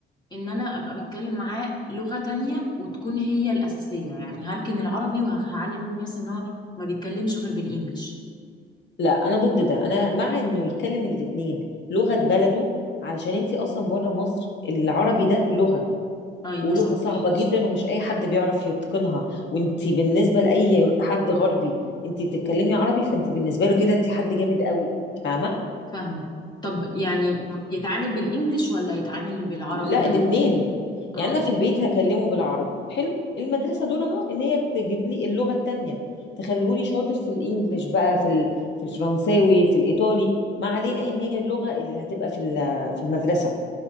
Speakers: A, on the left (about 20°); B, on the left (about 65°).
A: ان انا ابقى بتكلم معاه لغة تانية وتكون هي الأساسية يعني هركن العربي وهعلم ابني مثلا ان هو ما بيتكلمش غير بالانجلش
B: لا انا ضد ده انا مع انه يتكلم الاتنين لغه بلده علشان انتي اصلا بره مصر العربي ده لغه
A: ايوه
B: ولغه
A: صح
B: صعبه جدا ومش اي حد بيعرف يتقنها وانتي بالنسبه لاي حد غربي انتي بتتكلمي عربي فانتي بالنسبه له كده انتي حد جامد قوي فاهمه
A: فاهمة طب يعني يتعامل بالانجلش
B: آه
A: ولا يتعامل بالعربي
B: لا
A: يعني
B: الاثنين الاتنين
A: اه
B: يعني انا في البيت هكلمه بالعربي حلو المدرسه دورها ان هي تجيب لي اللغه التانية تخليهولي شاطر في الانجليش بقى في ال- في الفرنساوي في الايطالي ما علينا ايه هي اللغه اللي هتبقى في ال- في المدرسه